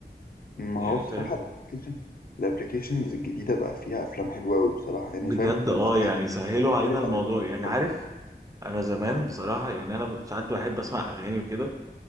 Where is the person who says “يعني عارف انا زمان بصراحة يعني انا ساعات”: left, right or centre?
Right